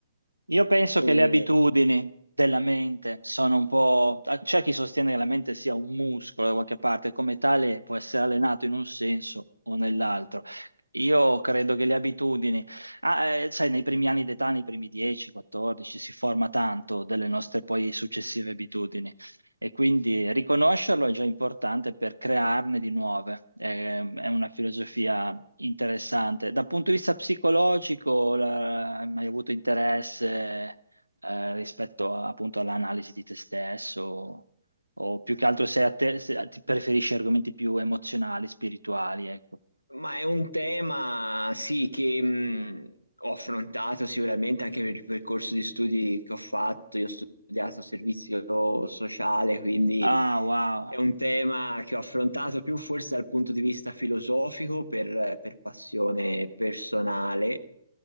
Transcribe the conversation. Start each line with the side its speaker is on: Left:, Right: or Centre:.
Right: Io penso
Left: E
Right: che le abitudini della mente sono un po'... C'è chi sostiene che la mente sia un muscolo da qualche parte, come tale può essere allenato in un senso o nell'altro. Io credo che le abitudini, ah, eh, sai, nei primi anni d'età, nei primi 10, 14, si forma tanto delle nostre poi successive abitudini e quindi riconoscerlo è già importante per crearne di nuove. Eh, È, una filosofia Interessante. Dal punto di vista psicologico, la- hai mai avuto interesse eh, rispetto a- appunto all'analisi di te stesso? O più che altro se, a te, se ti preferisci argomenti più emozionali, spirituali, ecco.
Left: Ma è un tema, sì, che mh, ho affrontato sicuramente anche per il percorso di studi che ho fatto. Io ho studiato servizio sociale, quindi
Right: Ah, wow.
Left: è un tema che ho affrontato più forse dal punto di vista filosofico per, per passione personale.